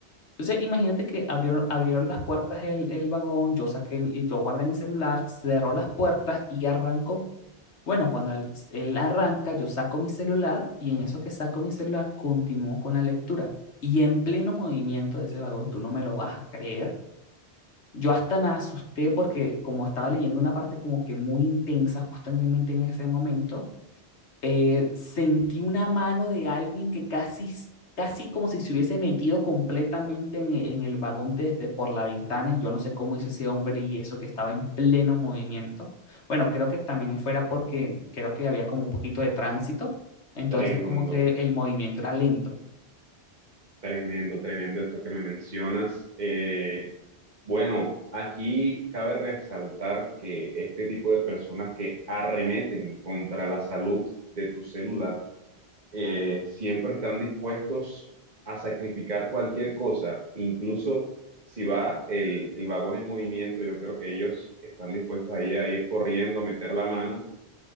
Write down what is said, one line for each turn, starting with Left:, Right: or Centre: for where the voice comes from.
Left: Entonces, imagínate que abrieron, abrieron las puertas el, el vagón, yo saqué, mi- yo guardé mi celular, cerró las puertas y arrancó. Bueno, cuando él, él arranca, yo saco mi celular y en eso que saco mi celular continúo con la lectura. Y en pleno movimiento de ese vagón, tú no me lo vas a creer. Yo hasta me asusté porque como estaba leyendo una parte como que muy intensa justamente en ese momento, eh, sentí una mano de alguien que casi, casi como si se hubiese metido completamente en, e- en el vagón desde por la ventana y yo no sé cómo hizo ese hombre y eso que estaba en pleno movimiento. Bueno, creo que también fuera porque creo que había como un poquito de tránsito, entonces
Right: Tremendo,
Left: como que el movimiento era lento.
Right: tremendo, tremendo esto que me mencionas. Eh, bueno, aquí cabe resaltar que este tipo de personas que arremeten contra la salud de tu celular, eh, siempre están dispuestos a sacrificar cualquier cosa, incluso si va el, el vagón en movimiento, yo creo que ellos están dispuestos ahí a ir corriendo, meter la mano,